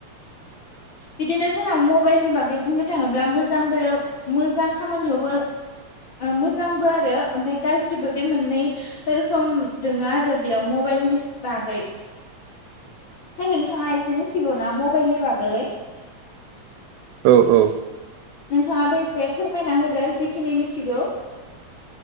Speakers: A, on the right; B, on the left.
A: <inaudible> <unintelligible>
B: बिदिनो जोंनाव मबाइलनि बागै बुंनो थाङोब्ला मोजांबो मोजां खामानियावबो मोजांबो आरो ओमफ्राय गाज्रिबो बे मोननै रोखोम दोङो आरो बेयाव मबाइल बिनि बागै
A: <inaudible> <unintelligible>
B: म नोंथाङा एसे मिथिगौ ना मबाइलनि बागै
A: औ औ
B: नोंथाङाबो एसे फोरमायना होदो जिखिनि मिथिगौ